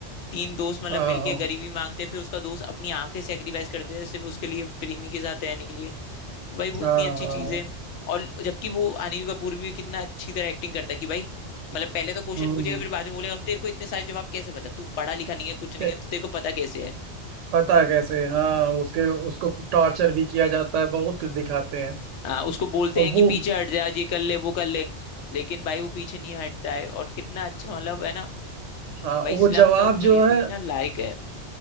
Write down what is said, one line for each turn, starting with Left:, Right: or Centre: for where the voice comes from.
Left: तीन दोस्त मतलब
Right: हाँ
Left: मिलके गरीबी मांगते फिर उसका दोस्त अपनी आंखें सेक्रीफाइस कर देता है सिर्फ उसके लिए प्रेमी के साथ रहने के लिए तो भाई वो इतनी
Right: हाँ
Left: अच्छी
Right: हाँ
Left: चीज है और जबकि वो अनिल कपूर भी कितना अच्छी तरह एक्टिंग करता है कि भाई मतलब पहले तो क्वेश्चन
Right: हम्म
Left: पूछेगा फिर बाद में बोलेगा तेरे को इतने सारे जवाब कैसे पता तू पढ़ा लिखा नहीं है कुछ नहीं
Right: के-
Left: है तो तेरे को पता कैसे है
Right: पता है कैसे हाँ उसके उसको टॉर्चर भी किया जाता है बहुत कुछ दिखाते हैं
Left: हाँ उसको बोलते
Right: और
Left: हैं
Right: वो
Left: कि पीछे हट जा आज ये कर ले वो कर ले लेकिन भाई वो पीछे नहीं हटता है और कितना अच्छा मतलब है ना
Right: हाँ
Left: भाई
Right: वो
Left: स्लम
Right: जवाब
Left: डॉग
Right: जो
Left: मिलियनेयर
Right: है
Left: है ना लायक है